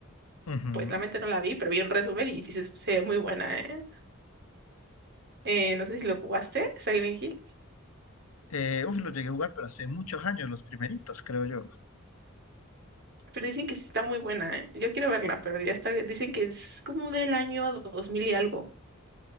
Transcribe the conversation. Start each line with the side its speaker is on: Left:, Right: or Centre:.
Left: Ujú.
Right: pues realmente no la vi, pero vi un resumen y sí se, se ve muy buena, ¿eh? Eh, no sé si lo jugaste, Silent Hill,
Left: Eh, uf, lo llegué a jugar, pero hace muchos años, los primeritos, creo yo.
Right: pero dicen que sí está muy buena, ¿eh? Yo quiero verla, pero ya está, dicen que es como del año 2000 y algo.